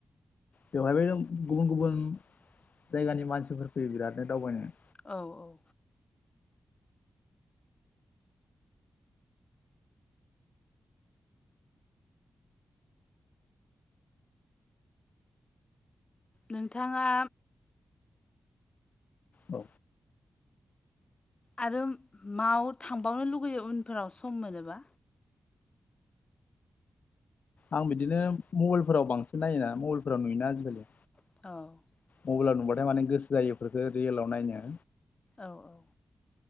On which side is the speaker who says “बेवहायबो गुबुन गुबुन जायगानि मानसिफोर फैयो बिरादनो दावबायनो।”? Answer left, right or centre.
Left